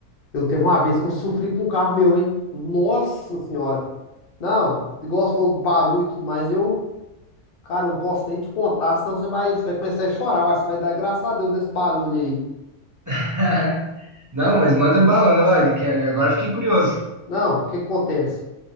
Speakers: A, on the left; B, on the right.
A: Eu teve uma vez que eu sofri com um carro meu, hein? Nossa senhora. Não, igual você falou barulho e tudo mais, eu, cara, eu não posso nem te contar, senão você vai, você vai começar a chorar. Uai, você vai dar graças a Deus desse barulho aí.
B: <laughs> Não, mas manda bala, né? olha, quero- Agora fiquei curioso.
A: Não, o que acontece?